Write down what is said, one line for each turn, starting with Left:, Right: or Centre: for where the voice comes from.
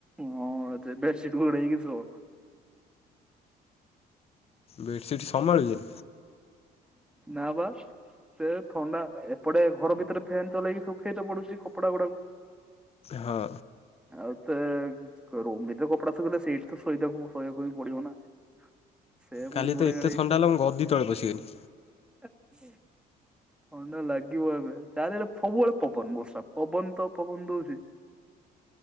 Centre: ହଁ ଯେ ବେଡ ସିଟ୍ ଘୋଡେଇ ହେଇକି ଶୋ।
Left: ବେଡ଼ସିଟ୍ ସମ୍ଭାଳୁଚି?
Centre: ନା ପା। ସେ ଥଣ୍ଡା ଏପଟେ ଘର ଭିତରେ ଫ୍ୟାନ ଚଲେଇକି ଶୁଖେଇତେ ପଡୁଚି କପଡା ଗୁଡ଼ାକୁ।
Left: ହଁ।
Centre: ଆଉ ତେ ରୁମ ଭିତରେ କପଡା ଶୁଖେଇଲେ ସେଇଠି ତ ଶୋଇତେ ଶୋଇବାକୁ ହିଁ ପଡିବ ନା? ସେ ପୁଣି
Left: କାଲି
Centre: ଘୋଡେଇ
Left: ତ ଏତେ ଥଣ୍ଡା ହେଲା ମୁଁ ଗଦି ତଳେ ପଶି ଗଲି।
Centre: ଆଚ୍ଛ ଥଣ୍ଡା ଲାଗିବ ଏବେ ଚାରିଆଡେ ସବୁବେଳେ ପବନ ବର୍ଷା ପବନ ତ ପବନ ଦଉଚି।